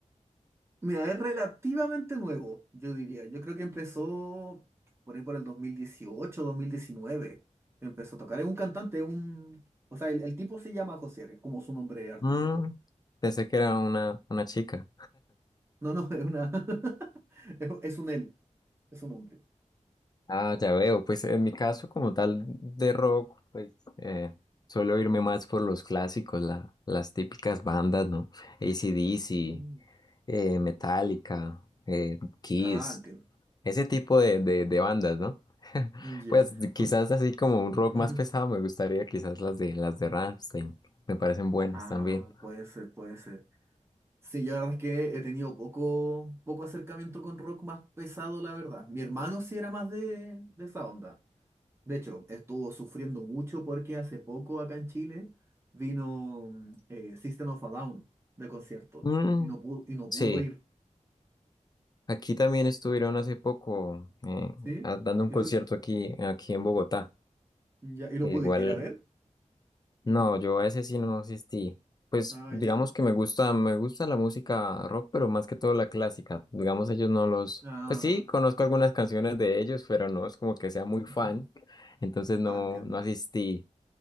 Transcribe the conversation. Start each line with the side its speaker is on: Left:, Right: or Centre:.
Right: Mira, es relativamente nuevo, yo diría. Yo creo que empezó por ahí por el 2018, 2019. Empezó a tocar. Es un cantante, un... O sea, el, el tipo se llama José, R, como su nombre artístico.
Left: Mm, pensé que era una, una chica.
Right: No, no, es una... <laughs> Es, es un él, es un hombre.
Left: Ah, ya veo, pues en mi caso como tal de rock, pues eh, suelo irme más por los clásicos, la- las típicas bandas, ¿no? AC/DC,
Right: Mm.
Left: eh, Metallica, eh, Kiss.
Right: Ah, entiendo.
Left: Ese tipo de, de, de bandas, ¿no? <laughs>
Right: Mm, Ya.
Left: Pues quizás
Right: Por-
Left: así como un rock
Right: <laughs>
Left: más pesado, me gustaría quizás las de las de Rammstein. Me parecen buenas
Right: Ah,
Left: también.
Right: puede ser, puede ser. Sí, yo la verdad es que he tenido poco, poco acercamiento con rock más pesado, la verdad. Mi hermano sí era más de, de esa onda. De hecho, estuvo sufriendo mucho porque hace poco acá en Chile vino mm, eh, System of a Down de concierto
Left: Mm,
Right: y no pudo, y no pudo
Left: sí,
Right: ir,
Left: aquí también estuvieron hace poco eh,
Right: ¿sí?
Left: a- dando un
Right: ¿Y
Left: concierto
Right: tú?
Left: aquí, aquí en Bogotá.
Right: Ya, ¿y lo
Left: Igual
Right: pudiste ir a ver?
Left: No, yo a ese sí no asistí. Pues
Right: Ah,
Left: digamos
Right: ya.
Left: que me gusta, me gusta la música rock, pero más que todo la clásica. Digamos ellos no los,
Right: Ah,
Left: pues sí, conozco algunas canciones de ellos, pero no es como que sea muy fan,
Right: <laughs>
Left: entonces no,
Right: ah, entiendo.
Left: no asistí.